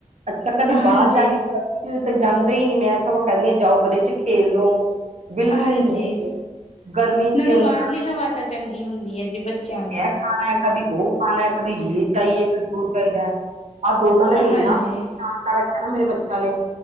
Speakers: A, on the right; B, on the left.
A: ਅੱਛਾ ਕਦੀ
B: ਹਾਂਜੀ
A: ਬਾਹਰ ਜਾ ਕੇ ਤਾਂ ਜਾਂਦੇ ਹੀ ਨੀ, ਮੈਂ ਸਗੋਂ ਕਹਿੰਦੀ 'ਹ ਜਾਓ, ਗਲੀ 'ਚ ਖੇਲ ਲੋ ਬਿਲਕੁਲ
B: ਹਾਂਜੀ
A: ਨਹੀਂ ਜਾਂਦੇ। ਗਰਮੀ ਚ
B: ਨਾਲੇ
A: ਅੰਦਰ
B: ਬਾਹਰਲੀ ਹਵਾ ਤਾਂ ਚੰਗੀ ਹੁੰਦੀ ਹੈ ਜੀ, ਬੱਚਿਆਂ ਲਈ
A: ਇਹ ਖਾਣਾ, ਕਦੀ ਉਹ ਖਾਣਾ, ਕਦੀ ਯ ਚਾਹੀਏ, ਕਦੀ ਉਹ ਚਾਹੀਦਾ ਆਹ ਦੋਨਾਂ ਨੇ ਤਾਂ ਇਨਾ,
B: ਹਾਂਜੀ
A: ਪਰੇਸ਼ਾਨ ਕਰ ਰੱਖਿਆ ਨਾ ਮੇਰੇ ਬੱਚਿਆਂ ਨੇ,